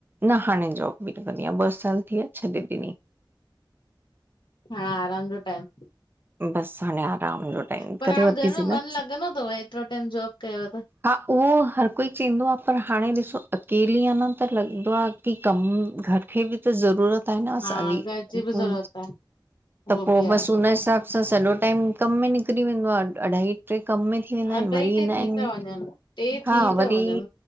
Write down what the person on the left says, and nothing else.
हाड़ आराम जो टाइम
पर
हाण
घर में
मन लॻंदो ट्ज़व एतिरो टाइम जॉब कयो त
हा घर जी
बि ज़रूरत आ उहो
बि
आ
अढाई
टे
थी था वञनि टे
थी था
वञनि